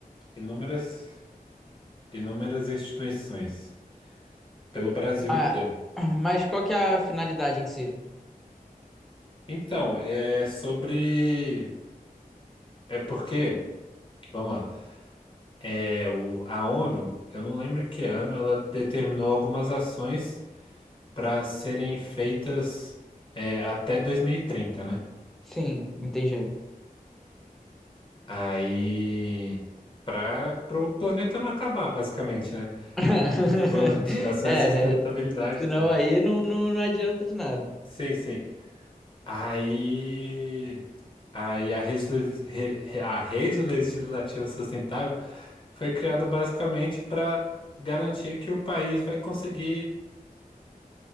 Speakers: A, on the left (about 35°); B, in the centre.
A: inúmeras, inúmeras instituições pelo Brasil
B: Ah,
A: inteiro.
B: <clears throat> mas qual que é a finalidade em si?
A: Então, é sobre. É porque, vamos lá. É, o, a ONU, eu não lembro em que ano, ela determinou algumas ações para serem feitas é, até 2030, né?
B: Sim, entendi.
A: Aí, para o planeta não acabar, basicamente, né?
B: <laughs>
A: Foram de- Ações
B: É,
A: de sustentabilidade
B: né? Senão
A: e tal.
B: aí não, não, não adianta de nada.
A: Sim, sim. Aí, aí a rede, le- re- re- a rede legislativa sustentável foi criada basicamente para garantir que o país vai conseguir